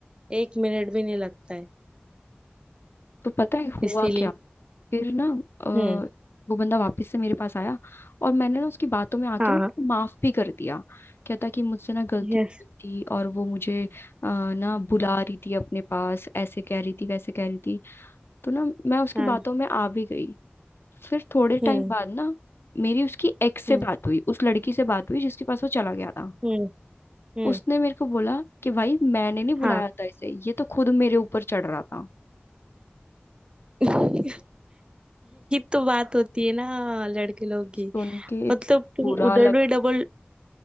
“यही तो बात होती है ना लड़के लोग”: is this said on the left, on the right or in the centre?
Right